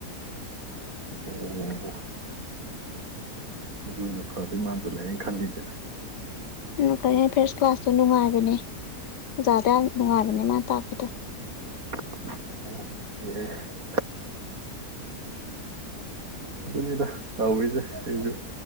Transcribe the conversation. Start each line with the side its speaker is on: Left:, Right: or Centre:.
Right: ꯎꯝ ꯎ ꯑꯗꯨꯅ ꯐꯗꯣꯏ ꯃꯥꯟꯖꯤꯜꯂꯛꯑꯦ ꯑꯩ ꯈꯜꯂꯤꯖꯦ꯫
Left: ꯑꯣ ꯑ ꯐꯥꯔꯁ ꯀ꯭ꯂꯥꯁꯇꯣ ꯅꯨꯡꯉꯥꯏꯕꯅꯦ ꯑꯣꯖꯥꯗ ꯌꯥꯝ ꯅꯨꯡꯉꯥꯏꯕꯅꯦ ꯃꯥ ꯇꯥꯛꯄꯗꯣ꯫
Right: ꯑꯣꯀꯦ ꯑꯗꯨꯅꯤꯗ ꯇꯧꯔꯤꯁꯦ ꯑꯩꯖꯨ